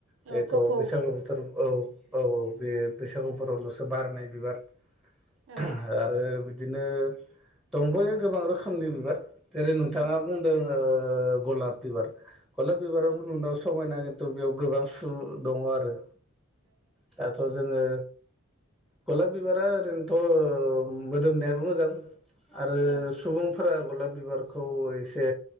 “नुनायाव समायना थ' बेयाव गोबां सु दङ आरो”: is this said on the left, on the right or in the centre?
Centre